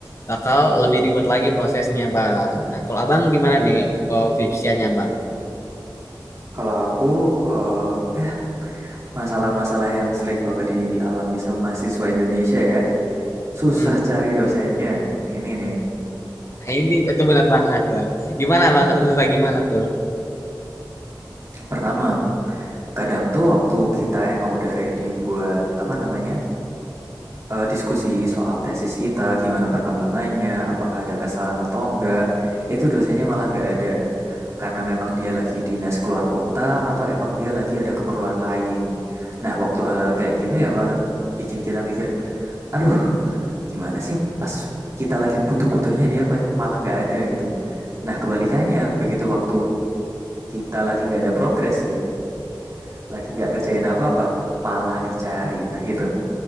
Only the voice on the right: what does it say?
Kalau aku, eh, eh, masalah-masalah yang sering banget dialami sama mahasiswa Indonesia ya. Susah
cari dosennya. Ini nih.
Ini
pertama, kadang tuh waktu kita emang udah ready buat apa namanya? eh, diskusi soal tesis kita, gimana perkembangannya, apakah ada kesalahan atau enggak. Itu dosennya malah enggak ada. Karena memang dia lagi dinas keluar kota atau emang dia lagi ada keperluan lain. Nah, waktu hal-hal kayak gini ya malah bikin kita mikir, aduh, gimana sih pas kita lagi butuh-butuhnya dia malah enggak ada gitu. Nah, kebalikannya, begitu waktu kita lagi enggak ada progres nih, lagi enggak ngerjain apa-apa, malah dicari. Nah, itu.